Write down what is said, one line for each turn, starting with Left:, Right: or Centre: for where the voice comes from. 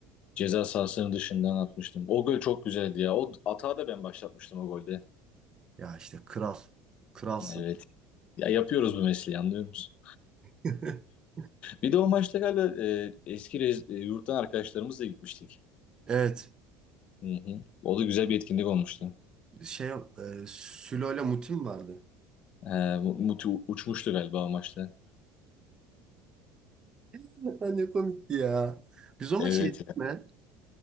Left: Ceza sahasının dışından atmıştım. O gol çok güzeldi ya. O atağı da ben başlatmıştım o golde.
Right: Ya işte kral. Kralsın.
Left: Evet. Ya yapıyoruz bu mesleği anlıyor musun?
Right: <laughs>
Left: Bir de o maçta galiba e, eski rez- e, yurttan arkadaşlarımızla gitmiştik.
Right: Evet.
Left: Hı hı. O da güzel bir etkinlik olmuştu.
Right: Şey, e, Sülo ile Mutim vardı.
Left: E, Mu- Muti u- uçmuştu galiba o maçta.
Right: <laughs> Ne komikti ya. Biz o maçı
Left: Evet.
Right: yedik mi?